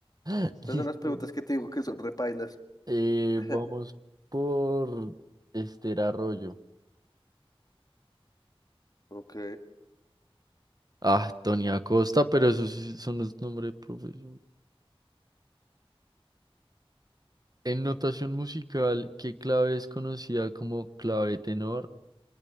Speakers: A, on the right (about 40°); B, on the left (about 40°).
A: <laughs>
B: Estas
A: Diciendo,
B: son las preguntas que te digo que son repailas.
A: Eh,
B: <laughs>
A: vamos por Esther Arroyo.
B: Ok.
A: Ah, Tony Acosta, pero esos sí son los nombres de profesor. En notación musical, ¿qué clave es conocida como clave tenor,